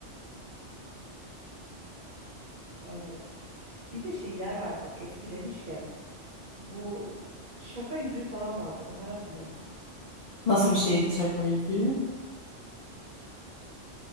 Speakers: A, on the right; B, on the left.
A: Evet. Bir de şeyler vardı bak eski demişken. Bu şaka yüzüğü falan vardı. Onları hatırlıyor musun?
B: Nasıl bir şeydi şaka yüzüğü?